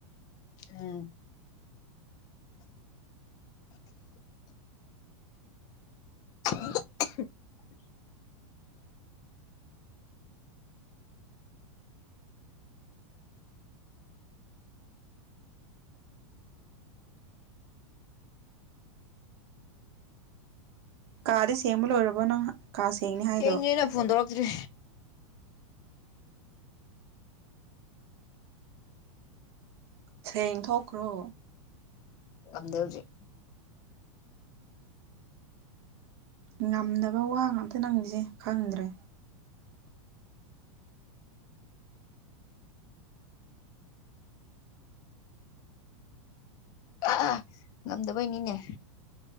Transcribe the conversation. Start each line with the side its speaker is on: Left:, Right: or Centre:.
Left: ꯑꯝ <unintelligible>
Right: ꯀꯥꯗꯤ ꯁꯦꯡꯕ ꯂꯣꯏꯔꯔꯕꯣ ꯅꯪ ꯀꯥ ꯁꯦꯡꯅꯤ ꯍꯥꯏꯗꯣ
Left: ꯁꯦꯡꯉꯦꯅ ꯐꯣꯟ ꯇꯧꯔꯛꯇ꯭ꯔꯤ
Right: ꯁꯦꯡꯊꯣꯛꯈ꯭ꯔꯣ
Left: ꯉꯝꯗꯦ ꯍꯧꯖꯤꯛ
Right: ꯉꯝꯅꯕ ꯋꯥ ꯉꯥꯛꯇ ꯅꯪꯒꯤꯁꯦ ꯈꯪꯗ꯭ꯔꯦ
Left: <unintelligible> ꯉꯝꯗꯕꯩꯅꯤꯅꯦ